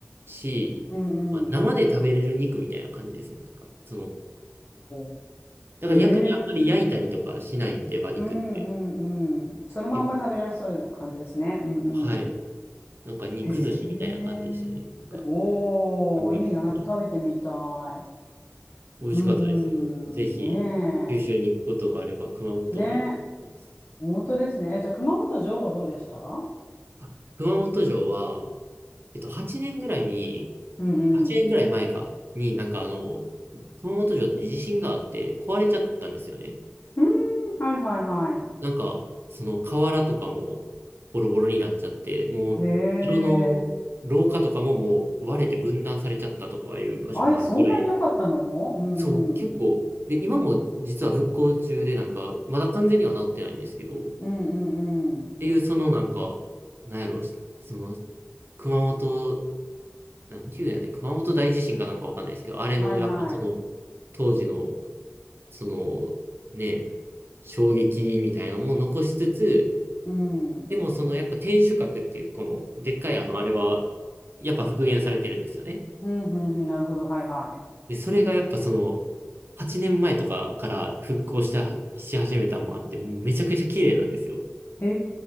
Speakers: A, on the right; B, on the left.
A: し、
B: うんうん。
A: まあ、生で食べれる肉みたいな感じですね。なんか、その、
B: お
A: だから逆にあんまり焼いたりとかしないんで、
B: ー。ええ
A: 馬肉って。
B: うんうんうん。そのまんま食べられそうな感じですね。
A: 結構
B: うんうん。
A: はい。なんか肉寿司みたいな感じでしたね。
B: へえ。
A: なんか、
B: おー、
A: 感覚的に。
B: いいな。なんか食べてみたい。
A: 美味しかったですよ。
B: うんう
A: ぜひ、
B: ん。ね
A: 九州に行くことがあれば、熊本もいいと思います。
B: え。ねえ。本当ですね。え、じゃあ熊本城はどうでしたうん
A: あ、熊本城は、えっと、8年ぐらいに、
B: うん。
A: 8年ぐらい前か、になんかあの、熊本城って地震があって壊れちゃったんですよね。
B: うん。はいはいはい。
A: なんか、その瓦とかもボロボロになっちゃって、もう、
B: へ
A: 城の廊下とかももう割れて分断されちゃったとかいう場所もあるぐらい、
B: え。あ、え、そんなひどかったのうんうん。
A: そう、結構、で、今も実は復興中で、なんか、まだ完全には治ってないんですけど、っ
B: うんうんうん。
A: ていう、そのなんか、なんやろ、その、熊本、なんていうんやって、熊本大地震かなんかわかんないですけど、あれの、
B: はいはい。
A: やっぱその、当時の、その、ね、衝撃みたいなのも残しつつ、
B: うん。うん
A: でもそのやっぱ天守閣っていうこのでっかいあのあれはやっぱ復元されてるんですよね。
B: うんうん。なるほど。はいは
A: で、それがやっぱその8年前とかから復興したし始めたのもあってもうめちゃくちゃ綺麗なんですよ。
B: い。へ